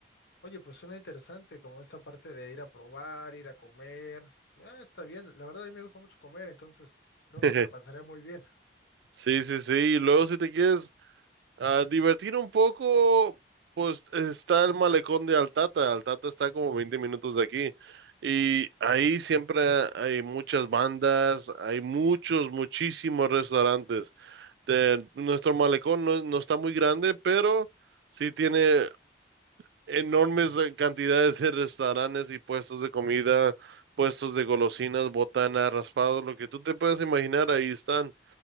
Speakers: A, on the left; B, on the right.
A: Oye, pues suena interesante, como esta parte de ir a probar, ir a comer. Ah, está bien, la verdad a mí me gusta mucho comer, entonces creo
B: <laughs>
A: que me la pasaré muy bien.
B: Sí, sí, sí, y luego si te quieres, Ah, divertir un poco, pues está el malecón de Altata. Altata está como 20 minutos de aquí. Y ahí siempre hay muchas bandas, hay muchos, muchísimos restaurantes. Te- nuestro malecón no, no está muy grande, pero sí tiene enormes eh, cantidades de restaurantes y puestos de comida, puestos de golosinas, botanas, raspados, lo que tú te puedas imaginar, ahí están.